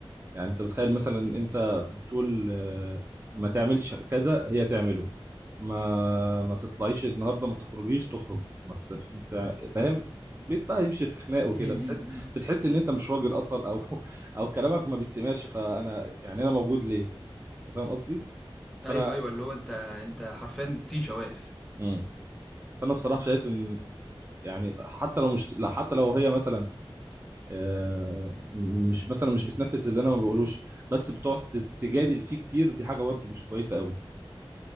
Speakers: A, on the right; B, in the centre.
A: يعني انت بتخيل مثلا انت بتقول آه، ما تعملش كذا هي تعمله ما ما تطلعيش النهارده ما تخرجيش تخرج ما ت... ما تع- فاهم البيت بقى يمشي في خناق وكده
B: امم
A: بتحس بتحس ان انت مش راجل اصلا او <laughs> او كلامك ما بيتسمعش فانا يعني انا موجود ليه انت فاهم قصدي
B: ايوه
A: فانا
B: ايوه اللي هو انت انت حرفيا طيشه واقف
A: مم. فانا بصراحه شايف ان يعني حتى لو مش لا، حتى لو هي مثلا آه، مش مثلا مش بتنفذ اللي انا ما بقولوش بس بتقعد تجادل فيه كتير دي حاجه برضه مش كويسه قوي